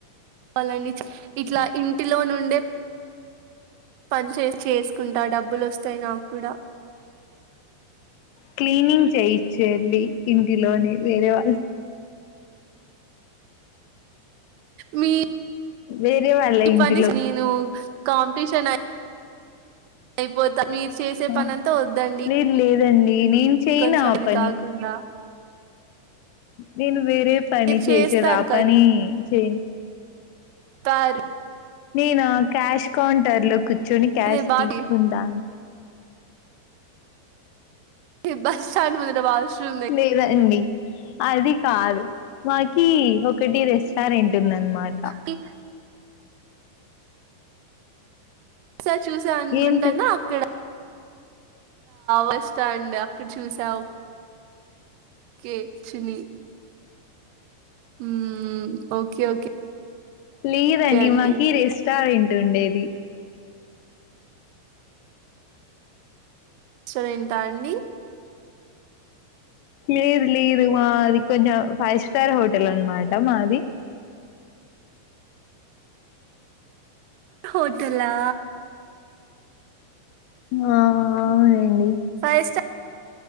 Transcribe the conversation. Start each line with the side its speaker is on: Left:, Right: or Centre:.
Right: వాళ్ళని చ్ ఇట్లా ఇంటిలో నుండే పని చేసి చేసుకుంటా డబ్బులు వస్తాయి నాకు కూడా
Left: క్లీనింగ్ చేయిచ్చు వెళ్ళి ఇంటిలోనే వేరే వాళ్ళ
Right: మీ
Left: వేరే వాళ్ళ
Right: ఇప్పటి
Left: ఇంటిలో
Right: నుంచి నేను కాంపిటీషన్ అయిపోతా మీరు చేసే
Left: ఆ
Right: పని అంతా వద్దండి
Left: లేదు లేదండి నేను చేయను
Right: కొంచెం
Left: ఆ
Right: ఇది
Left: పని
Right: కాకుండా
Left: నేను వేరే పని
Right: మీరు
Left: చేసేది
Right: చేస్తారు
Left: ఆ పని చేయను
Right: తారు
Left: నేనా క్యాష్ కౌంటర్ లో కూర్చొని క్యాష్
Right: అదే బాధ
Left: తీసుకుంటాను
Right: ఇ బస్ స్టాండ్ ముందర వాష్ రూమ్ దగ్గర
Left: లేదండి అది కాదు మాకి ఒకటి రెస్టారెంట్ ఉందన్నమాట
Right: కి ఒకసారి చూసా అనుకుంటానా
Left: ఏం తె
Right: అక్కడ బస్ స్టాండ్ అక్కడ చూసావు కే చీని ఉమ్ ఓకే ఓకే
Left: లేదండి
Right: అండి
Left: మాకి రెస్టారెంట్ ఉండేది
Right: సో రేంత అండి
Left: లేదు లేదు మాది కొంచెం ఫైవ్ స్టార్ హోటల్ అన్నమాట మాది
Right: హోటలా
Left: ఆ అవునండి
Right: ఫైవ్ స్టార్